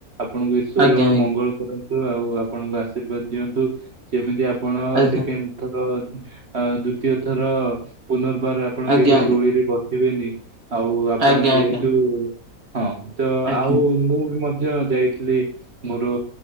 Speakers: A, on the right; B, on the right.
A: ଆପଣଙ୍କୁ ଈଶ୍ୱର
B: ଆଜ୍ଞା
A: ମଙ୍ଗଳ କରନ୍ତୁ ଆଉ ଆପଣଙ୍କୁ ଆଶୀର୍ବାଦ ଦିଅନ୍ତୁ ଯେମିତି ଆପଣ
B: ଆଜ୍ଞା
A: ସେକେଣ୍ଡ
B: ଆଜ୍ଞା
A: ଥର ଆ ଦ୍ଵିତୀୟ ଥର ପୁନର୍ବାର ଆପଣ
B: ଆଜ୍ଞା
A: କେବେ
B: ଆଜ୍ଞା
A: ଦୋଳିରେ ବ ସିବେନି ଆଉ ଆପଣ
B: ଆଜ୍ଞା
A: ଯେହେତୁ
B: ଆଜ୍ଞା
A: ହଁ ତଆଉ
B: ଆଜ୍ଞା।
A: ମୁଁ ବି ମ ଧ୍ୟ ଯାଇଥିଲି ମୋର